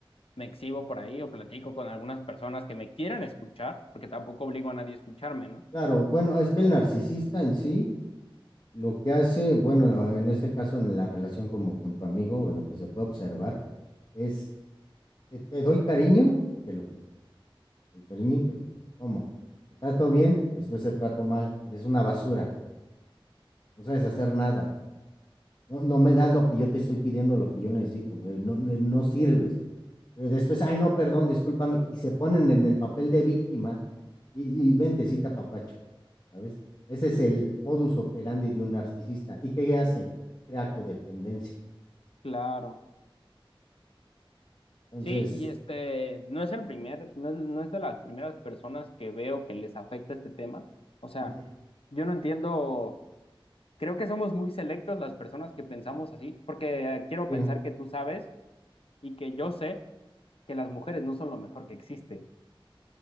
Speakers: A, on the left; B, on the left.
A: me exhibo por ahí o platico con algunas personas que me quieran escuchar, porque tampoco obligo a nadie a escucharme, ¿no?
B: Claro, bueno, es que el narcisista en sí, lo que hace, bueno, en este caso en la relación como con tu amigo, o lo que se puede observar, es te, te doy cariño y te lo quito, te doy cariño y te lo quito. ¿Cómo? Te trato bien y después te trato mal. Eres una basura, no sabes hacer nada. No, no me das lo que yo te estoy pidiendo, lo que yo necesito, güey, No, no no sirves. Pero después, ay, no, perdón, discúlpame, y se ponen en el papel de víctima y, y ventecita papacho, ¿sabes? Ese es el modus operandi de un narcisista. ¿Y qué hace? Crea codependencia.
A: Claro.
B: Entonces,
A: Sí, y este no es el primer, no es, no es de las primeras personas que veo que les afecta este tema. O sea,
B: ujú,
A: yo no entiendo, creo que somos muy selectos las personas que pensamos así, porque eh, quiero
B: eh,
A: pensar que tú sabes y que yo sé que las mujeres no son lo mejor que existe.